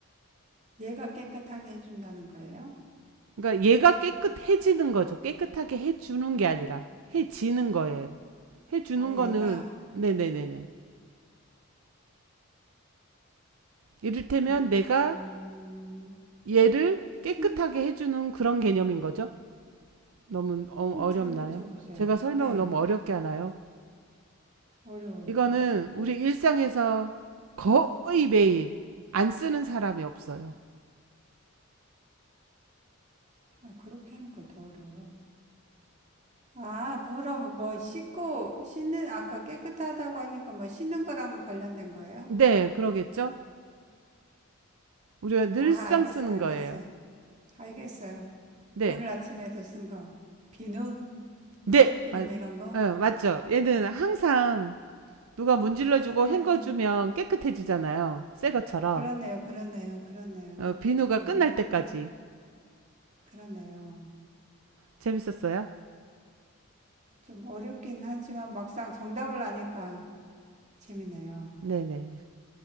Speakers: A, on the right (about 30°); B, on the right (about 70°).
A: 얘가 깨끗하게 해준다는 거예요?
B: 그러니까 얘가 깨끗해지는 거죠. 깨끗하게 해주는 게 아니라 해지는 거예요. 해주는
A: 아, 얘가
B: 거는 네네네네. 이를테면
A: 음,
B: 내가 얘를 깨끗하게
A: 힌,
B: 해주는 그런 개념인 거죠. 너무 어-
A: 힌트
B: 어렵나요?
A: 줘보세요.
B: 제가 설명을
A: 예, 네,
B: 너무 어렵게 하나요?
A: 어려워요.
B: 이거는 우리 일상에서 거의 매일 안 쓰는 사람이 없어요.
A: 아, 그렇게 하니까 더 어려워요. 아, 그럼 뭐 씻고 씻는 아까 깨끗하다고 하니까 뭐 씻는 거랑 관련된 거예요?
B: 네, 그러겠죠? 우리가 늘상
A: 아, 알겠어,
B: 쓰는
A: 알겠어,
B: 거예요.
A: 알겠어요.
B: 네,
A: 오늘 아침에도 쓴 거, 비누,
B: 네,
A: 세숫비누
B: 맞,
A: 뭐 이런 거,
B: 어, 맞죠. 얘는 항상 누가 문질러주고
A: 그렇네요,
B: 헹궈주면 깨끗해지잖아요. 새 것처럼.
A: 그렇네요, 그렇네요, 그렇네요.
B: 어, 비누가
A: 음,
B: 끝날 때까지.
A: 그렇네요.
B: 재밌었어요?
A: 좀 어렵긴 하지만 막상 정답을 아니까 재밌네요.
B: 네네.